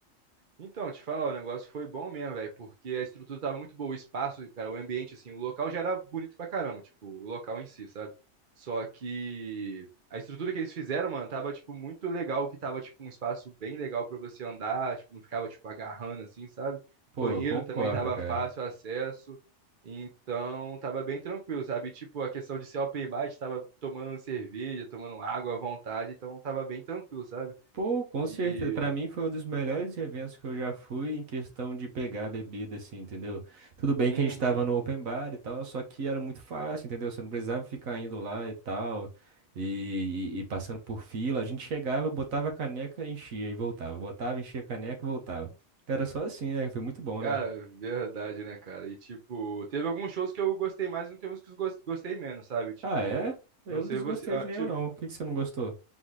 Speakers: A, on the right (about 45°); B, on the right (about 85°).
A: Então, te falar, o negócio foi bom mesmo, velho, porque a estrutura tava muito boa, o espaço, cara, o ambiente, assim, o local já era bonito pra caramba, tipo, o local em si, sabe? Só que a estrutura que eles fizeram, mano, tava, tipo, muito legal, que tava, tipo, um espaço bem legal pra você andar, tipo, não ficava, tipo, agarrando, assim, sabe?
B: Pô,
A: Banheiro
B: eu concordo,
A: também tava
B: cara.
A: fácil acesso, então tava bem tranquilo, sabe? E, Tipo, a questão de ser open bar, a gente tava tomando cerveja, tomando água à vontade, então tava bem tranquilo, sabe?
B: Pô, com
A: E...
B: certeza. Pra mim foi um dos melhores eventos que eu já fui em questão de pegar a bebida, assim, entendeu? Tudo bem
A: Uhum.
B: que a gente tava no open bar e tal, só que era muito fácil, entendeu? Você não precisava ficar indo lá e tal, e, e- e passando por fila. A gente chegava, botava a caneca, enchia e voltava. Botava, enchia a caneca e voltava. Era só assim, né? Foi muito bom,
A: Cara,
B: né?
A: verdade, né, cara? E, tipo, teve alguns shows que eu gostei mais e não teve uns que eu gos- gostei menos, sabe? Tipo,
B: Ah, é? Eu
A: não sei
B: não desgostei
A: você. Ah,
B: de nenhum,
A: tipo,
B: não. Por que que você não gostou?